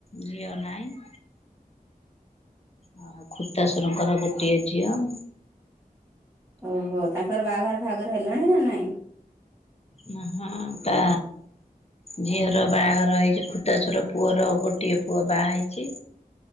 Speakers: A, on the left; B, on the right.
A: ଝିଅ ନାହିଁ। ଆଉ ଖୁର୍ତାସୁରଙ୍କର ଗୋଟିଏ ଝିଅ।
B: ଓହୋ! ତାଙ୍କର ବାହାଘର ଫାଘର ହେଲାଣି ନା ନାଇଁ?
A: ନାହଁ ତା ଝିଅର ବାହାଘର ହେଇଛି, ଖୁତାଶୁର ପୁଅର ଗୋଟିଏ ପୁଅ ବାହା ହେଇଚି।